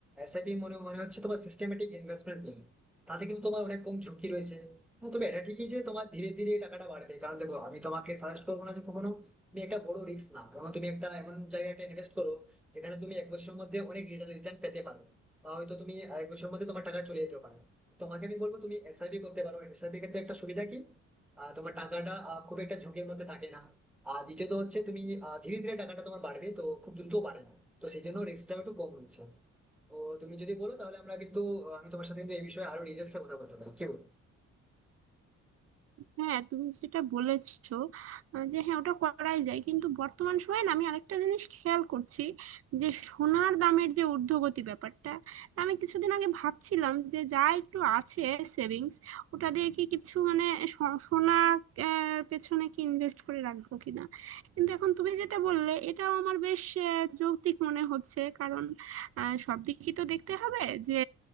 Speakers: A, in the centre; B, on the right.
A: এসআইপি মনে মনে হচ্ছে তোমার সিস্টেমেটিক ইনভেস্টমেন্ট প্ল্যান তাতে কিন্তু তোমার অনেক কম ঝুঁকি রয়েছে হ্যাঁ, তবে এটা ঠিকই যে তোমার ধীরে ধীরে এই টাকাটা বাড়বে কারণ দেখো আমি তোমাকে সাজেস্ট করবো না যে কখনো তুমি একটা বড় রিস্ক নাও কারণ তুমি একটা এমন জায়গায় একটা ইনভেস্ট করো যেখানে তুমি এক বছরের মধ্যে অনেক রিটার্ন পেতে পারো বা হয়তো তুমি আহ, এক বছরের মধ্যে তোমার টাকা চলে যেতে পারে তোমাকে আমি বলবো তুমি এসআইপি করতে পারো এসআইপি ক্ষেত্রে একটা সুবিধা কি আহ, তোমার টাকাটা আহ, খুব একটা ঝুঁকির মধ্যে থাকে না আর দ্বিতীয়ত হচ্ছে তুমি আহ, ধীরে ধীরে টাকাটা তোমার বাড়বে তো খুব দ্রুত বাড়ে না তো সেই জন্য রিস্কটাও একটু কম রয়েছে তো তুমি যদি বলো তাহলে আমরা কিন্তু আহ, আমি তোমার সাথে কিন্তু এই বিষয়ে আরো ডিটেলসে কথা বলতে পারি কি বলো
B: হ্যাঁ তুমি যেটা বলেছো আহ, যে হ্যাঁ ওটা করাই যায় কিন্তু বর্তমান সময়ে না আমি আরেকটা জিনিস খেয়াল করছি যে সোনার দামের যে ঊর্ধ্বগতি ব্যাপারটা আমি কিছুদিন আগে ভাবছিলাম যে যা একটু আছে সেভিংস ওটা দিয়ে কি কিছু মানে স- সোনা আহ, পেছনে কি ইনভেস্ট করে রাখবো কিনা কিন্তু এখন তুমি যেটা বললে এটাও আমার বেশ আহ, যৌক্তিক মনে হচ্ছে কারণ আহ, সব দিকই তো দেখতে হবে যে